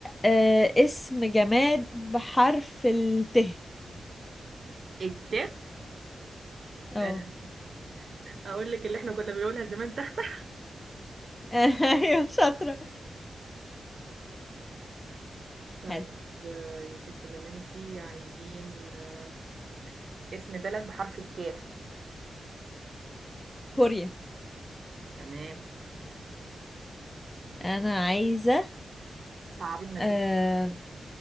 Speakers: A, on the left; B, on the right.
A: آه اسم جماد بحرف الت
B: الت
A: اه
B: آه، اقول لك اللي احنا كنا بنقولها زمان تختك
A: <laughs> ايوه شاطرة
B: طيب
A: حلو
B: آه، يا ستي لما انتي عايزين آه، اسم بلد بحرف الكاف
A: كوريا
B: تمام
A: انا عايزة
B: صعبين لنا
A: آه
B: الدنيا